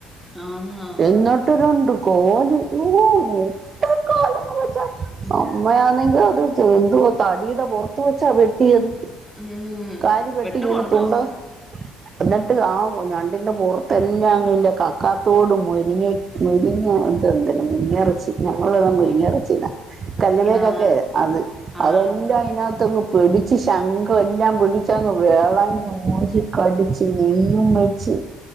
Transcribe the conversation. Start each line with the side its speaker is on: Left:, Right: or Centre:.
Centre: ആന്നോ ആവോ
Right: എന്നിട്ട് രണ്ട് കാല് ഓ മുട്ടൻ കാല് വെച്ചാ
Centre: ഉം
Right: അമ്മയാന്നെങ്കിൽ അത് എന്തോ തടിടെ പൊറത്ത് തു വെച്ചാ വെട്ടിയത്
Centre: ഉം
Right: കാല് വെട്ടി
Centre: വെട്ടുകൊണ്ടോ
Right: ഇങ്ങനെ തുണ്ട് എന്നിട്ട് ആ ഞണ്ടിന്റെ പൊറത്ത് എല്ലാം പിന്നെ കക്കാത്തോടും മുനിങ്ങ മുനിങ്ങ എന്തല്ല മുനിങ്ങ എറച്ചി ഞങ്ങള് പറയണത്
Centre: ഓ
Right: മുനിങ്ങ എറച്ചിനാ കല്ലുമേക്കക്ക
Centre: യാ
Right: അത്
Centre: ആ ആ
Right: അതെല്ലാം അയിനാത്ത് അങ്ങ് പിടിച്ച് ശംഖു എല്ലാം പിടിച്ച് അങ്ങ് വേളഞ്ഞ് മോചി കടിച്ച് നെയ്യും ച